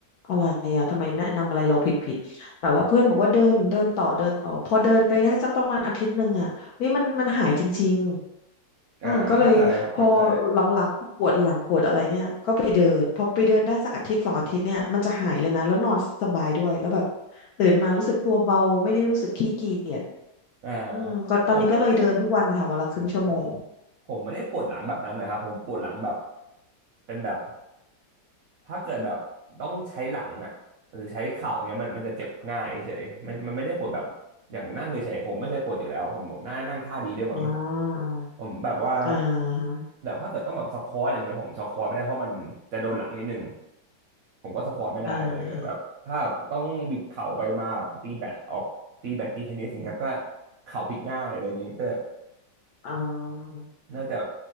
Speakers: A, on the left; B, on the right.
A: อะไรอะทำไมแนะนำอะไรเราผิดผิดแต่ว่าเพื่อนบอกว่าเดินเดินต่อเดินต่อพอเดินไปได้สักประมาณอาทิตย์หนึ่งอะเฮ้ยมันมันหายจริงๆเออก็เลยพอหลังๆพอปวดหลังปวดอะไรเนี่ยก็ไปเดินพอไปเดินได้สักอาทิตย์สองอาทิตย์เนี่ยมันจะหายเลยนะแล้วนอนสบายด้วยแล้วแบบ
B: อ่าเข้าใจครับเข้าใจ
A: ตื่นมารู้สึกตัวเบาไม่ได้รู้สึกขี้เกียจ
B: อ่า
A: อืมก็ตอนนี้ก็เลยเดินทุกวันค่ะวันละครึ่งชั่วโมง
B: ผมไม่ได้อืมผมไม่ได้ปวดหลังแบบนั้นนะครับผมปวดหลังแบบเป็นแบบถ้าเกิดแบบต้องใช้หลังอ่ะหรือใช้เข่าเนี้ยมันมันจะเจ็บง่ายเฉยมันมันไม่ได้ปวดแบบอย่างนั่งเฉยๆผมไม่เคยปวดอยู่แล้วผมผมน่านั่งท่าดีด้วยมั้ง
A: อ่า
B: ผมแบบว่า
A: อ่าฮะ
B: แบบถ้าเกิดต้องแบบสควอตอย่างเงี้ยผมสควอตไม่ได้เพราะมันจะโดนหลังนิดนึง ผมก็สควอตไม่ได้อะไรเงี้ยแบบถ้าต้องบิดเข่าไปมาแบบตีแบตออกตีแบตตีเทนนิสอย่างเงี้ยครับก็
A: อ่าฮะ
B: เข่าพลิกง่ายอะไรอย่างงี้ก็เลย
A: อ่า
B: น่าจะ